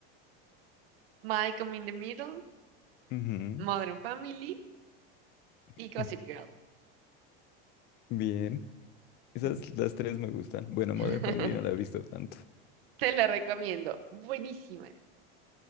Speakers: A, on the right; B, on the left.
A: Malcolm in the Middle,
B: Ujú.
A: Modern Family y
B: <laughs>
A: Gossip Girl.
B: Bien. Esas
A: Mm.
B: las tres me gustan. Bueno, Modern
A: <laughs>
B: Family no la he visto tanto.
A: Te la recomiendo. Buenísima. es.